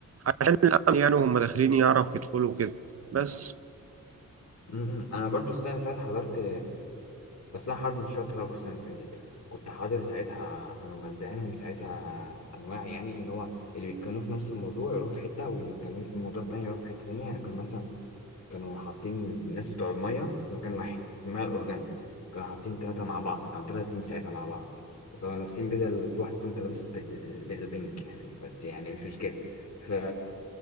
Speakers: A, on the right; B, on the left.
A: عشان الامن يعني هم داخلين يعرف يدخلوا كده بس
B: امم انا برضه السنه اللي فاتت حضرت بس انا حضرت مشروع تخرج السنه اللي فاتت كنت حاضر ساعتها كانوا موزعينهم ساعتها انواع يعني ان هو اللي بيتكلموا في نفس الموضوع يروحوا في حته واللي بيتكلموا في موضوع تاني يروحوا في حته تانيه يعني كانوا مثلا كانوا حاطين الناس بتوع المية في مكان واحد المية الأورجانيك كانوا حاطين تلاتة مع بعض كانوا تلاتة تيم ساعتها مع بعض وكانوا لابسين بدل في واحد فيهم كان لابس بدل بدل بينك يعني بس يعني مش مشكلة ف